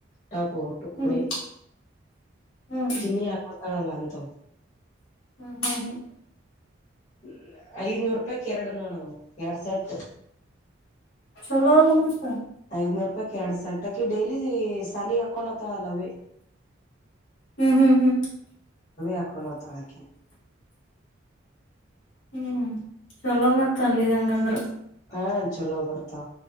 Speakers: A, on the left; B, on the left.
A: ಟಾಪ ಟುಕಡೆೆ
B: ಹ್ಮ್ ಹ್ಮ್
A: ಚಿನ್ನಿ ಹಾಕ್ ಕಲ್ಲ ಅಂತ
B: ಹ್ಮ್ ಹ್ಮ್ ಹ್ಮ್
A: ಹ್ಮ ಐದನೂರು ರೂಪಾಯಿ ಎರಡು ನೋಡುುವ ಎರಡು ಸೆಟ್
B: ಚೊಲೋ ಎಲ್ಲ ಮಸ್ತ
A: ಐದನೂರು ರೂಪಾಯಿ ಎರಡ್ ಸಟ್ಟಾಕಿ ಡೈಲಿ ಸಾಲ ಹಕೊಂಡತಳ ಅಲ್ಲವೇ
B: ಹ್ಮ್ ಹ್ಮ್ ಹ್ಮ್
A: ಹಾಕೊಂಡ್ ಹೋತಾಳ್ ಅಕಿ
B: ಹ್ಮ್ ಚಲೋ ಮತ್ತ ಅಲ್ಲಿ ಹಂಗಂದ್ರ
A: ಹಾ ಚಲೋ ಬರ್ತಾ